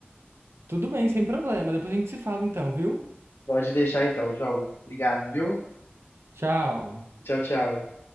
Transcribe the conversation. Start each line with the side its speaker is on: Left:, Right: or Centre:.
Right: tudo bem, sem problema. Depois a gente se fala então, viu?
Left: Pode deixar então, João. Obrigado, viu?
Right: Tchau.
Left: Tchau, tchau.